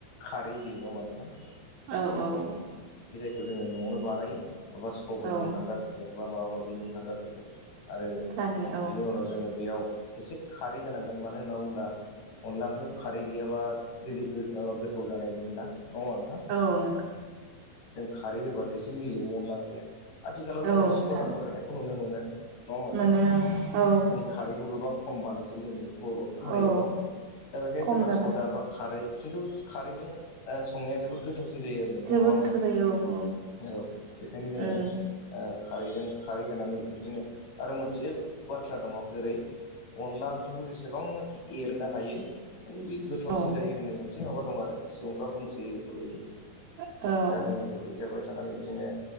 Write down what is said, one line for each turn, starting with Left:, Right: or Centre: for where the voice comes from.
Left: खारै होयो नङा होमबा नोंथां?
Right: औ औ
Left: खौ जोङो न'आवनो बानायो। माबा सबायनि
Right: औ
Left: हांगारफोरजों बा माबा माबिनि हांगारफोरजों। आरो
Right: सानि औ
Left: बेनि उनाव जोङो बेयाव एसे खारै होनांगोन। मानो होनना बुंब्ला। अनला ओंख्रियाव खारै गैयाबा जेबो गो गोथाव जानाय मोना। होमबा नोंथां
Right: औ नंगौ।
Left: जों खारै होबासो एसे मिलौवो अनल ओंख्रैया। आथिखालाव
Right: औ
Left: जोङो सदाफोर
Right: नोंथां
Left: होनायखौ नुनो मोनो। नङा होनबा नोंथां।
Right: माने औ
Left: माने खारैखौ गोबां खम बानायसै जोंनि बर' हारियाबो
Right: औ
Left: दा बेखायनो
Right: खम
Left: सोरबा
Right: जाबाय
Left: सदा बा खारै खिन्थु खारैजों ओ संनाया जोबोद गोथाव सिन जायो आरो नोंथां
Right: जोबोद
Left: नङा होनबा।
Right: गोथाव जायो औ
Left: औ बेखायनो जोङो
Right: उम
Left: ओ खारैजों खारै होनानै बिदिनो आरो मोनसे बाथ्रा दङ। जेरै अनला ओंख्रिखौ जेसेबांनाखि एरनो हायो। माने बे गोथावसिन
Right: औ
Left: जायो होननाय मोनसे माबा दं आरो सुबुंफ्रा बुंसोयो बेफोरबायदि।
Right: औ
Left: दा जों बेफोरखौ एरबाय थानानै बिदिनो